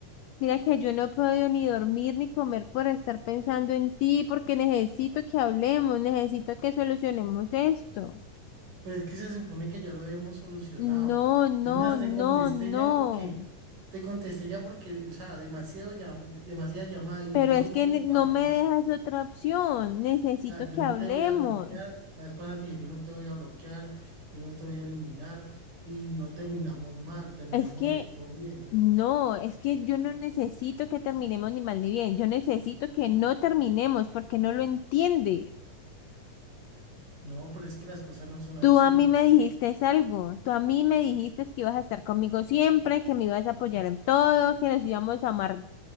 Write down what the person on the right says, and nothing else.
Pero es que se supone que ya lo habíamos solucionado.
Es más, te
contesté
ya porque, te contesté ya porque, o sea, demasiado ya, demasiada llamada y
yo
soy
un caballero.
O sea, yo
no
te voy a bloquear. La vez pasada te dije, yo no te voy a bloquear, yo no te voy a eliminar y no terminamos mal, terminamos
de hecho bien.
No, pero es que las cosas no son así,
o
sea,